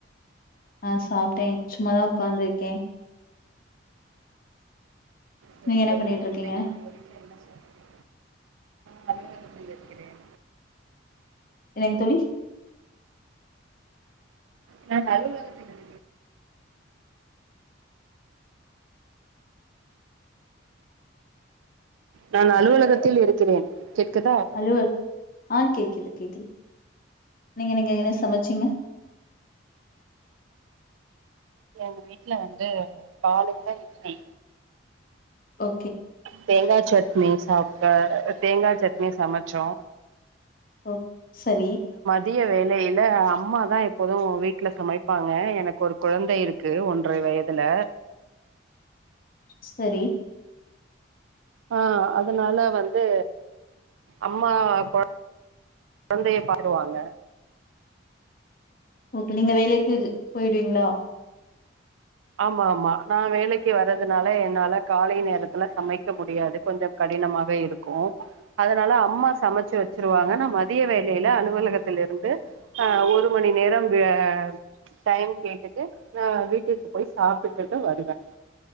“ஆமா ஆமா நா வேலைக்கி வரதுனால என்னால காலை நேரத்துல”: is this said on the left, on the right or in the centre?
Right